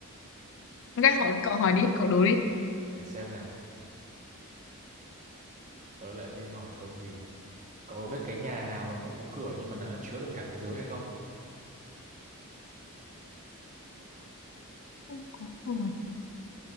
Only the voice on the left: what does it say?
ok hỏi cậu hỏi đi cậu đố đi
Không có của